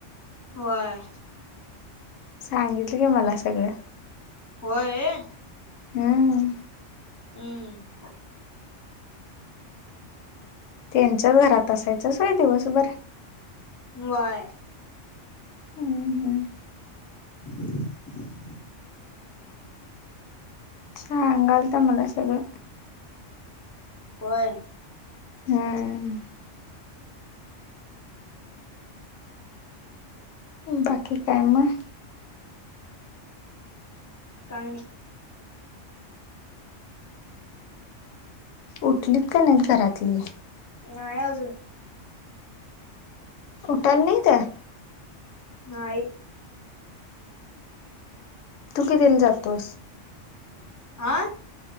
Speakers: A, on the left; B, on the left.
A: वय.
B: सांगितलं की मला सगळं.
A: होय.
B: हम्म
A: हम्म.
B: त्यांच्याच घरात असायचंचय दिवस बरं.
A: व्हयं.
B: हम हम.
A: <unintelligible>
B: सांगालता मला सगळं.
A: होय,
B: हम्म बाकी काय मग
A: काय नै.
B: उठलीत का नाहीत घरातली.
A: नाही अजून
B: उठल नाही त्या
A: नाहीय
B: तू कितीला जातोस
A: आ